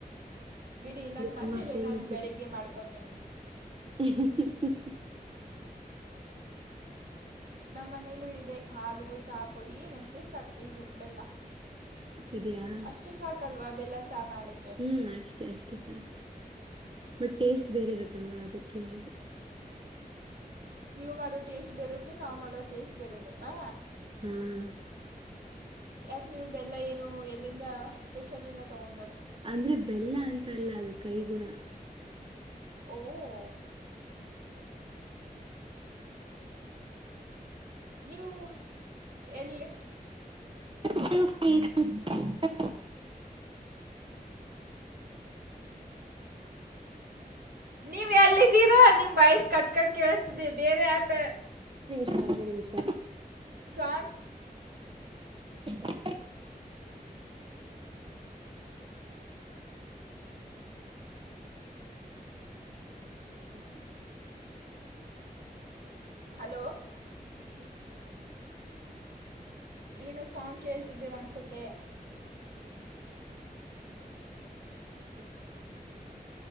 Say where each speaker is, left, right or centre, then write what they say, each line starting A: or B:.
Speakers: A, on the right; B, on the right.
A: ಬಿಡಿ ನನ್ನ ಮನೇಲೆ
B: ತುಂಬಾ ಫೇಮಸ್
A: ನಾನು ಬೆಳಿಗ್ಗೆ ಮಾಡ್ಕೋತೀನಿ
B: ಹ್ಮ
A: ಹ <unintelligible> ನಮ್ಮ ಮನೇಲ್ಲೂ ಇದೆ ಹಾಲು ಚಾಪುಡಿ ಮತ್ತೆ ಸ ಇದು ಬೆಲ್ಲ
B: ಇದೆಯಾ
A: ಅಷ್ಟೇ ಸಾಕಲ್ವಾ ಬೆಲ್ಲ ಚ ಮಾಡಳೆ
B: ಹ್ಮ್ ಅಷ್ಟೇ ಅಷ್ಟೇ ಸಾಕು ಬಟ್ ಟೇಸ್ಟ್ ಬೇರೆ ಇರುತ್ತಲ್ವಾ ಅದಕ್ಕೆ ಹೇಳ್ದ
A: ನೀವು ಮಾಡೋ ಟೇಸ್ಟ್ ಬೇರುತ್ತೆ ನಾವ್ ಮಾಡೋ ಟೇಸ್ಟ್ ಬೇರೆ ಇರುತ್ತಾ
B: ಹ್ಮ್
A: ಯಾಕೆ ನೀವು ಬೆಲ್ಲ ಏನು ಎಲ್ಲಿಂದ ಸ್ಪೆಷ ಇಂದ ತಗೊಂಡು
B: ಅಂದ್ರೆ ಬೆಲ್ಲ ಅಂತ ಅಲ್ಲ ಅದು ಕೈಗುಣ
A: ಓ ನೀವು ಎಲ್ಲಿ
B: ಸ <unintelligible>
A: ನೀವ್ ಎಲ್ಲಿದ್ದೀರಾ ನಿಮ್ ವಯಸ್ ಕಟ್ ಕಟ್ ಕೇಳಿಸಸ್ತಿದಿ ಬೇರೆ ಆಪ
B: ಒಂದ ಮಿಷ
A: ಸಾಂಗ್
B: <unintelligible>
A: ಹಾ
B: ಹಲೋ
A: ಹಲೋ
B: ಬರತಿಯಾ <unintelligible>
A: ಏನು ಸಾಂಗ್ ಕೇಳ್ತಿದ್ದೀರ ಅನ್ಸುತ್ತೆ
B: ಇಲ್ಲ ಇಲ್ಲ <unintelligible>